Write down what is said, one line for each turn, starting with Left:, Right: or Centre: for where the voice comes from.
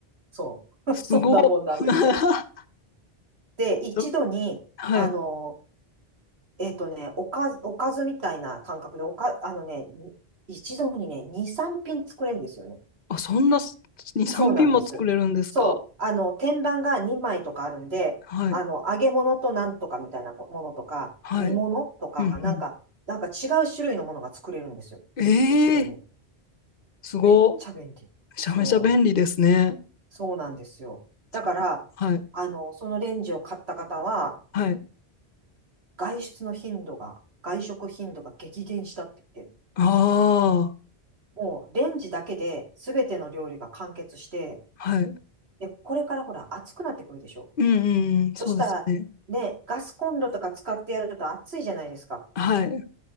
Right: そう。<laughs>
Left: すごっ。
Right: そんなもんなんです。
Left: <laughs>
Right: で、一度に、
Left: どはい。
Right: あの、えっとね、おかず、おかずみたいな感覚で、おか、あのね、一度にね、2、3品作れるんですよね。
Left: あ、そんな2、
Right: そうなんです。
Left: 3品も作れるんですか。
Right: そう。あの、天板が2枚とかあるんで、
Left: はい。
Right: あの、揚げ物となんとかみたいなものとか、
Left: はい。
Right: 煮物とか、
Left: うんう
Right: なんか、なんか違う種類のものが作れるんですよ。
Left: ん。
Right: 一度に。
Left: ええすご。
Right: めっちゃ便利。
Left: めちゃめちゃ便利ですね。
Right: そう。そうなんですよ。だから、
Left: そはい。
Right: あの、そのレンジを買った方は、
Left: はい。
Right: 外出の頻度が、外食頻度が激減したって言って、
Left: ああ、
Right: もうレンジだけで全ての料理が完結して、
Left: はい。
Right: で、これからほら暑くなってくるでしょ。
Left: うんうんうん。そうですね。
Right: そしたら、ね、ガスコンロとか使ってやると暑いじゃないですか。
Left: はい。